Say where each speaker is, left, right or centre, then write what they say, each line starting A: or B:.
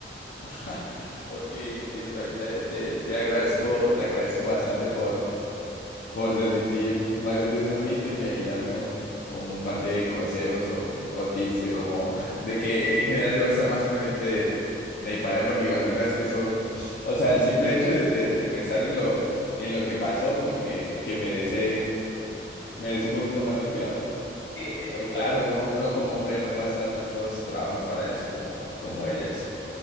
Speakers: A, on the left; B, on the left.
A: <laughs> Ok, entiendo. Ahí te, te, te agradezco, te agradezco bastante por, por desmentir varios de esos mitos y ahí darme un, un par de consejos o, o tips de cómo, <laughs> de que en general debo estar más pendiente de, de mi pareja, porque igual no creas que eso, o sea, el simple hecho de, de- de pensar en lo, en lo que pasó, como que, que merece, merece un poquito más de cuidado.
B: Sí, es
A: Oye,
B: totalmente
A: claro, uno, uno como hombre no pasa tantos trabajos para eso como, como ellas.